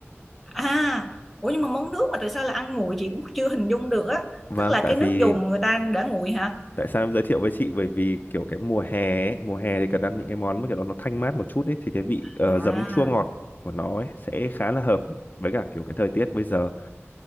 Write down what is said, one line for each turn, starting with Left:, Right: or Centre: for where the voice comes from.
Centre: à ủa nhưng mà món nước mà tại sao là ăn nguội chị cũng chưa hình dung được á
Left: <laughs> vâng
Centre: tức là
Left: tại
Centre: cái nước
Left: vì
Centre: dùng người ta để nguội hả
Left: tại sao em giới thiệu với chị bởi vì kiểu cái mùa hè ấy, mùa hè thì cần ăn những cái món mà kiểu nó, nó thanh mát một chút ấy thì cái vị ờ,
Centre: à,
Left: giấm chua ngọt của nó ấy sẽ khá là hợp với cả kiểu cái thời tiết bây giờ